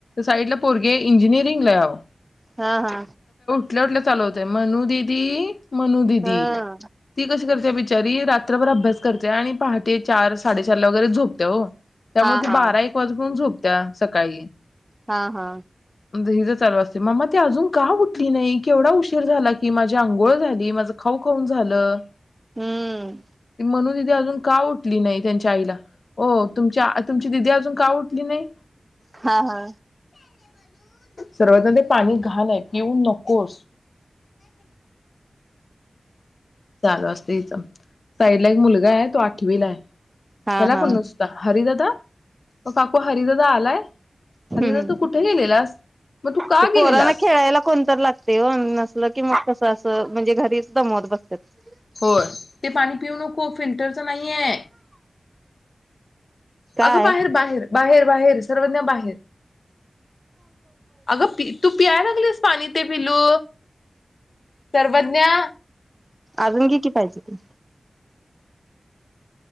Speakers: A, on the left; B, on the right.
A: साईडला पोरगे इंजिनिअरिंगला हाय आओ.
B: हा हा.
A: उठल्या उठल्या चालू होतय मनू दीदी मनु दीदी.
B: हा
A: ती कशी करत्या बिचारी रात्रभर अभ्यास करते आणि पहाटे चार साडेचार ला वगैरे झोपतिया ओ. त्यामुळे
B: हा
A: ती
B: हा.
A: बारा एक वाजू पर्यंत झोप त्या सकाळी
B: हा हा.
A: नाहीतर हि ज चालू असते. म्मा त अजून का उठली नाही केवढा उशीर झाला की माझी आंघोळ झाली, माझ खाऊ खाऊन झालं.
B: हम्म
A: ते मनु दीदी ती अजून का उठली नाही त्यांच्या आईला? ओ तुमच्या अ तुमची दिदी अजून का उठली नाही?
B: हा हा
A: सर्वज्ञा ते पाणी घाण आहे पिऊ नकोस चालू अस साईडला एक मुलगा आहे तो आठवीला आहे
B: हा
A: त्याला
B: हा
A: पण नुसता हरिदा म काकू हरिदादा आलाय?
B: हम्
A: हरिदादा तू कुठे गेलेलास मग तू का
B: ते
A: गेलेलास
B: पोराना खेळायला कोणतरी लागतय ओ नसल कि मग कस असतय ह म्हणजे घरीच समोर बसत्यात
A: हो ते पाणी पिऊ नको फिल्टरच नाही आहे
B: काय
A: अगं बाहेर बाहेर बाहेर बाहेर सर्वज्ञा बाहेर अगं तू पियाय लागलीस पाणी ते पिलू सर्वज्ञा
B: अजून घी की पाहिजे तर